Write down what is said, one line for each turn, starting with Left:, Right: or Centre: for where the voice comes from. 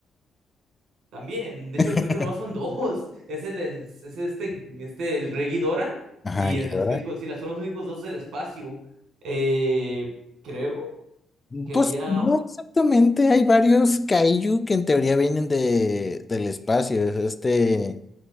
Right: También, de
Left: <laughs>
Right: hecho, creo que nomás son <laughs> dos. Es el es, es este, este, el Rey Ghidorah
Left: Ajá,
Right: y
Left: Ghidorah.
Right: el Space Godzilla. Son los únicos dos del espacio. Eh, creo que
Left: Pues
Right: había,
Left: no exactamente, hay varios kaiju que en teoría vienen de, del espacio. Este.